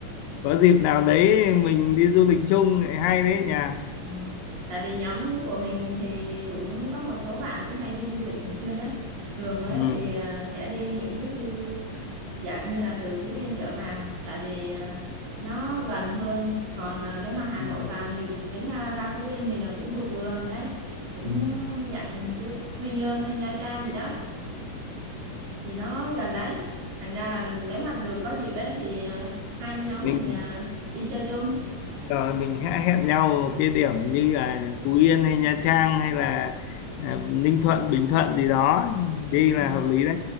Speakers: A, on the left; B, on the right.
A: có dịp nào đấy mình đi du lịch chung lại hay đấy nhà.
B: ừ. tại vì nhóm của mình thì cũng có một số bạn cũng hay đi du lịch thường xuyên ấy thường ấy
A: Ừ.
B: thì à, sẽ đi những cái khu dạng như là từ Phú Yên trở vào tại vì à, nó gần hơn còn à, nếu mà Hà
A: Ừ.
B: Nội vào thì đến ra, ra Phú Yên thì nó cũng vừa vừa đấy cũng
A: Ừ.
B: dạng Phú, Quy Nhơn hay Nha Trang gì đó thì nó gần đấy thành ra là nếu mà được có dịp ấy thì ờ, hai nhóm
A: mình
B: mình ờ, đi chơi chung
A: rồi mình hãy hẹn nhau ở cái điểm như là Phú Yên hay Nha Trang hay là à, Ninh Thuận Bình Thuận gì đó đi là
B: ừ,
A: hợp lý đấy